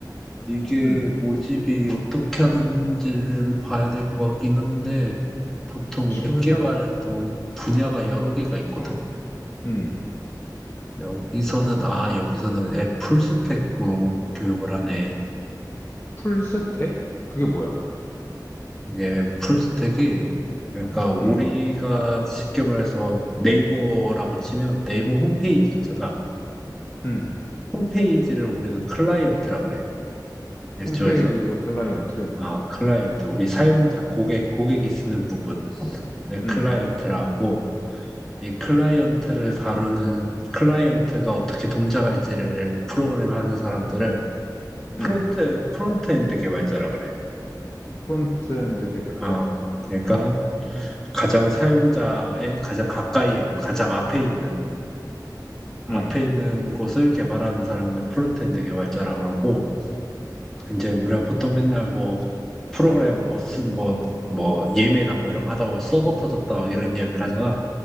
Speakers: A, in the centre; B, on the left.
A: 이게
B: 음.
A: 모집이 어떻게 하는지를 봐야 될 것 같긴 한데, 보통
B: 지금
A: 웹 개발도
B: 일단,
A: 분야가 여러 개가 있거든.
B: 음.
A: 여기서는, 아, 여기서는 앱 풀스택으로 교육을 하네.
B: 풀스택? 그게 뭐야?
A: 이게 풀스택이, 그러니까 우리가
B: 음,
A: 쉽게 말해서 네이버라고 치면 네이버 홈페이지 있잖아.
B: 음.
A: 홈페이지를 우리는 클라이언트라 그래. 일조에서.
B: 홈페이지가 클라이언트.
A: 아, 클라이언트. 우리 사용자, 고객, 고객이 쓰는 부분. 네,
B: 음,
A: 클라이언트라고. 이 클라이언트를 다루는 클라이언트가 어떻게 동작할지를 프로그램하는 사람들을 프론트
B: 음.
A: 프론트엔드 개발자라 그래.
B: 프론트엔드 개발자.
A: 어, 그러니까 가장 사용자의 가장 가까이 가장 앞에 있는 앞에
B: 음.
A: 있는 곳을 개발하는 사람을 프론트엔드 개발자라 그러고 이제 우리가 보통 맨날 뭐 프로그램 뭐쓴뭐뭐 예매나 뭐 이런 거 하다 보면 서버 터졌다 막 이런 이야기를 하잖아.